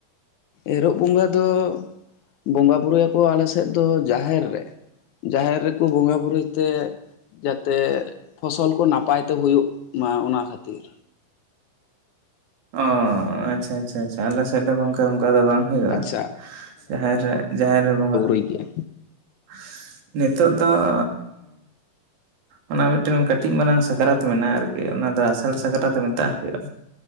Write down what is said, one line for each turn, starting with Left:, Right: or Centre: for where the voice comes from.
Left: ᱮᱨᱚᱜ ᱵᱚᱸᱜᱟ ᱫᱚ ᱵᱚᱸᱜᱟ ᱵᱩᱨᱩ ᱭᱟᱠᱚ ᱟᱞᱮ ᱥᱮᱫ ᱫᱚ ᱡᱟᱦᱮᱨ ᱨᱮ, ᱡᱟᱦᱮᱨ ᱨᱮᱠᱚ ᱵᱚᱸᱜᱟ ᱵᱩᱨᱩᱭ ᱛᱮ ᱡᱟᱛᱮᱻᱜ ᱯᱷᱚᱥᱚᱞ ᱠᱚ ᱱᱟᱯᱟᱭ ᱛᱮ ᱦᱩᱭᱩᱜ ᱢᱟ, ᱚᱱᱟ ᱠᱷᱟᱹᱛᱤᱨ᱾
Right: ᱟᱸᱻ ᱟᱪᱪᱷᱟ ᱟᱪᱪᱷᱟ ᱟᱪᱪᱷᱟ, ᱟᱞᱮ ᱥᱮᱫ ᱫᱚ ᱜᱚᱝᱠᱮ ᱚᱸᱠᱟ ᱫᱚ ᱵᱟᱝ᱾ ᱦᱩᱭᱩᱜᱼᱟ,
Left: ᱟᱪᱪᱷᱟ
Right: ᱡᱟᱦᱮᱨ ᱨᱮ ᱡᱟᱦᱮᱨᱮ ᱵᱚᱸᱜᱟ᱾
Left: ᱴᱷᱤᱠ ᱜᱮᱭᱟ᱾
Right: <unintelligible> ᱱᱤᱛᱳᱜ ᱫᱚᱻᱦ ᱚᱱᱟ ᱢᱤᱫᱴᱟᱹᱱ ᱠᱟᱹᱴᱤᱡ ᱢᱟᱨᱟᱝ ᱥᱟᱠᱨᱟᱛ ᱢᱮᱱᱟᱜᱼᱟ, ᱟᱨᱠᱤ ᱚᱱᱟ ᱫᱚ ᱟᱥᱟᱲ ᱥᱟᱠᱨᱟᱛ ᱢᱮᱛᱟᱜᱼᱟ ᱦᱩᱭᱩᱜᱼᱟ᱾